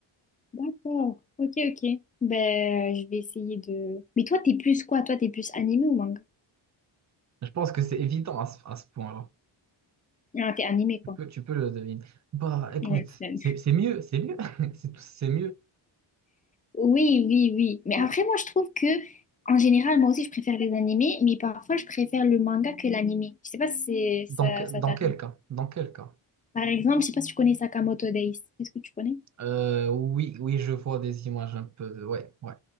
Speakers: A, on the left; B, on the right.
A: D'accord. Ok, ok. Ben, euh, je vais essayer de... Mais toi, t'es plus quoi? Toi, t'es plus animé ou manga?
B: Je pense que c'est évident à ce, à ce point-là.
A: Ah, t'es animé,
B: Tu
A: quoi.
B: peux, tu peux le deviner. Bah, écoute,
A: Ouais, c'est animé.
B: c'est c'est mieux, c'est mieux, <laughs> c'est tout- c'est mieux.
A: Oui, oui, oui. Mais
B: Oui.
A: après, moi, je trouve que, en général, moi aussi, je préfère les animés, mais parfois, je préfère le manga que l'animé. Je sais pas si c'est- ça,
B: Donc, dans
A: ça t'arrive.
B: quel cas? Dans quel cas?
A: Par exemple, je sais pas si tu connais Sakamoto Days. Est-ce que tu connais?
B: Euh, oui, oui, je vois des images un peu de... Ouais, ouais.